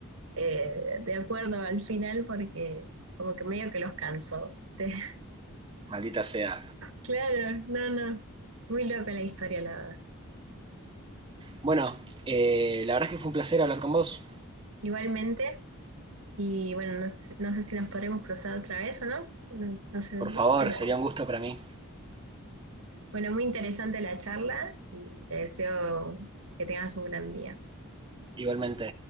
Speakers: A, on the right (about 65°); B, on the right (about 20°).
A: eh, de acuerdo al final porque como que medio que los cansó. <laughs>
B: maldita sea.
A: Claro, no, no, muy loca la historia, la verdad.
B: Bueno, eh, la verdad es que fue un placer hablar con vos.
A: Igualmente. Y bueno, no sé, no sé si nos podremos cruzar otra vez o no. No, no sé,
B: Por favor,
A: pero
B: sería un gusto para mí.
A: bueno, muy interesante la charla y te deseo que tengas un gran día.
B: Igualmente,